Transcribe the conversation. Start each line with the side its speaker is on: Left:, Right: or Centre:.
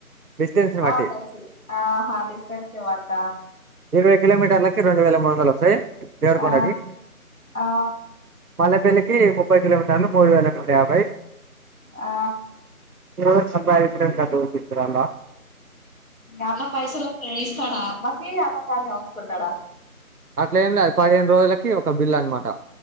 Right: డిస్టెన్స్ ని బట్టి
Left: ఆ ఆహా డిస్టన్స్ <unintelligible>
Right: ఇరవై కిలోమీటర్లకి రెండు వేల మూడు వందలు వస్తాయి దేరుకొండకి
Left: ఆ ఆ
Right: మల్లపల్లికి ముప్పై కిలోమీటర్లు మూడు వేల నూట యాభై
Left: ఆ
Right: ఏవరు సలభా అయితే అంత అపిస్తరా
Left: అన్న పైసలు వస్తే ఇస్తాడా అమ్మకి అన్న కాడనే ఉంచుకుంటాడా
Right: అట్లా ఏం లేదు పదిహేను రోజులకి ఒక బిల్ అనమాట